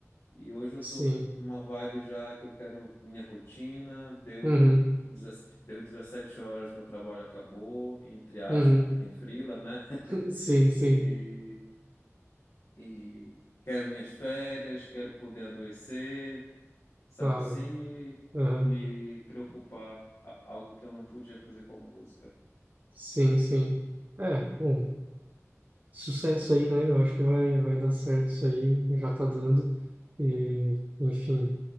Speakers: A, on the left; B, on the right.
A: E hoje eu
B: sim.
A: tô num- numa vibe já que eu quero minha rotina, deu,
B: Uhum,
A: 17 deu 17 horas, meu trabalho acabou, entre aspas,
B: uhum,
A: porque tem frila, né? <laughs>
B: <laughs> sim, sim,
A: E, e quero minhas férias, quero poder adoecer, sabe,
B: claro.
A: sem me,
B: Uhum,
A: me preocupar, a- algo que eu não podia fazer com a música.
B: sim, sim. É, bom, sucesso aí, né? Eu acho que vai, vai dar certo isso aí, já tá dando. E, enfim,